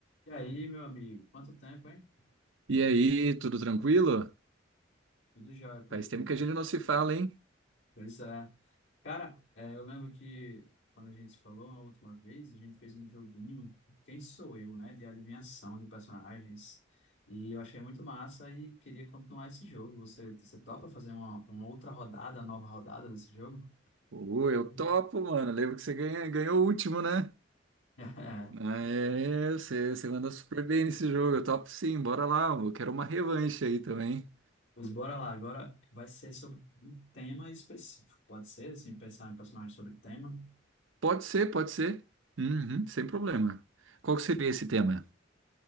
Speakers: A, on the left; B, on the right.
A: E aí, meu amigo? Quanto tempo, hein?
B: E aí, tudo tranquilo?
A: Tudo jóia por
B: Faz
A: aqui.
B: tempo que a gente não se fala, hein?
A: Pois é. Cara, é, eu lembro que quando a gente se falou a última vez, a gente fez um joguinho Quem Sou Eu, né? De adivinhação de personagens. E eu achei muito massa e queria continuar esse jogo. Você, você topa fazer uma, uma outra rodada, nova rodada desse jogo?
B: Ô, eu
A: Uhum.
B: topo, mano. Lembro que você ganha- ganhou o último, né?
A: <laughs>
B: Ah, É, você, você manda super bem nesse jogo. Eu topo sim, bora lá. Eu quero uma revanche aí também.
A: Pois bora lá. Agora vai ser sobre um tema específico. Pode ser, assim, pensar em personagens sobre tema.
B: Pode ser, pode ser. Uhum, sem problema. Qual que seria esse tema?